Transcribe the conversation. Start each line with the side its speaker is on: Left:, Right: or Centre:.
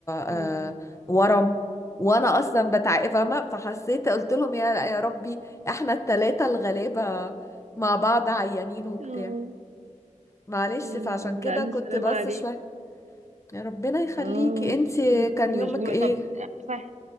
Left: آه،
Right: مم.
Left: ورم وانا اصلا بتعب فاهمة فحسيت قلت لهم يا يا ربي احنا التلاتة الغلابة مع بعض عيانين وبتاع
Right: اه
Left: معلش
Right: يا
Left: فعشان
Right: نهار ابيض
Left: كده
Right: لا، الف
Left: كنت
Right: سلامة
Left: بس
Right: عليكم
Left: شوية يا ربنا يخليكي
Right: اه
Left: انتي
Right: عشان كده كنت
Left: كان
Right: مشغولة
Left: يومك ايه؟
Right: طب صح